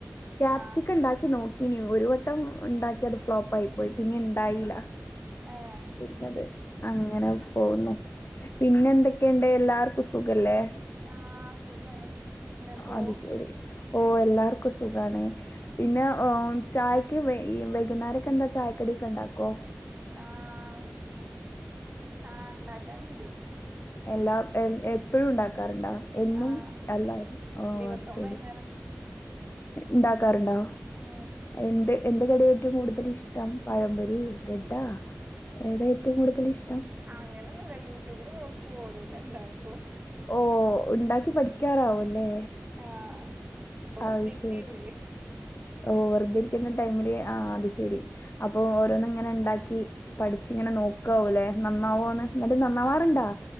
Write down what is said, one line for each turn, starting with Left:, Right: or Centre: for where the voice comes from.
Left: ക്യാപ്‌സിക്കം
Right: ആഹ്
Left: ഉണ്ടാക്കി നോക്കീനി ഒരു വട്ടം- ഉണ്ടാക്കി അത് ഫ്ലോപ്പ് ആയി പോയി പിന്നെ ഉണ്ടായില്ല
Right: ഏഹ്
Left: പിന്നത് അങ്ങനെ- പോകുന്നു പിന്നെ എന്തൊക്കെയുണ്ട് എല്ലാർക്കും സുഖല്ലേ-
Right: ആഹ് സുഖാണ് നിങ്ങക്കോ-
Left: അത് ശെരി ഓ എല്ലാർക്കും സുഖാണ് പിന്നെ ഉം ചായക്ക് വൈകുന്നേരൊക്കെ എന്താ ചായക്കടി- ക്കെ ഇണ്ടാക്കോ-
Right: ആഹ് ആഹ് ഉണ്ടാക്കാറുണ്ട്-
Left: എല്ലാം എൽ എപ്പൊഴും ഉണ്ടാക്കാറുണ്ടോ എന്നും
Right: ആഹ്
Left: അല്ലാഓ
Right: ദിവസവും
Left: അത് ശെരി
Right: വൈന്നേരം
Left: ഇണ്ടാക്കാറുണ്ടോ
Right: ഉം
Left: എന്ത് എന്ത്‌ കടിയാ ഏറ്റവും കൂടുതൽ ഇഷ്ടം പഴംപൊരി ബ്രെഡാ ഏതാ ഏറ്റവും കൂടുതൽ ഇഷ്
Right: അങ്ങനൊന്നുമില്ല യൂട്യൂബില് നോക്കും ഓരോന്ന് ഇണ്ടാക്കും
Left: ഓ ഉണ്ടാക്കി പഠിക്കാനാവും അല്ലേ
Right: ആഹ് ഇപ്പൊ വെറുതെ
Left: അത്
Right: ഇരിക്കല്ലേ
Left: ശരി ഓ വെറുതെ ഇരി ക്കുന്ന ടൈമില് ആഹ് അത് ശെരി അപ്പൊ ഓരോന്ന് ഇങ്ങനെ ഇണ്ടാക്കി പഠിച്ച് ഇങ്ങനെ നോക്കാവും അല്ലേ നന്നാവോന്ന് എന്നിട്ട് നന്നാവാറുണ്ടാ